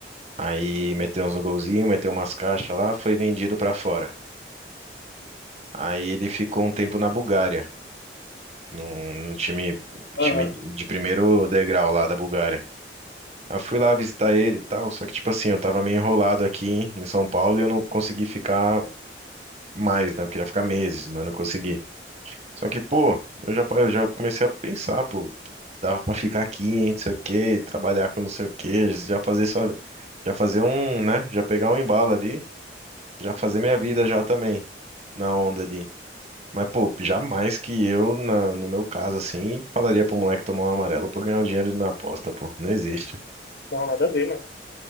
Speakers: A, on the right; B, on the left.
A: Aí meteu uns golzinhos, meteu umas caixas lá, foi vendido pra fora. Aí ele ficou um tempo na Bulgária, num, num time,
B: Aham.
A: time de primeiro degrau lá da Bulgária. Eu fui lá visitar ele e tal, só que, tipo assim, eu tava meio enrolado aqui em São Paulo e eu não consegui ficar mais, né? Eu queria ficar meses, mas não consegui. Só que, pô, eu já, eu já comecei a pensar, pô, dava pra ficar aqui, hein, não sei o quê, trabalhar com não sei o quê, já fazer só, já fazer um, né? Já pegar um embalo ali, já fazer minha vida já também, na onda ali. Mas, pô, jamais que eu, na, no meu caso, assim, falaria pro moleque tomar um amarelo pra eu ganhar o dinheiro na aposta, pô. Não existe,
B: Não, nada a ver, mano.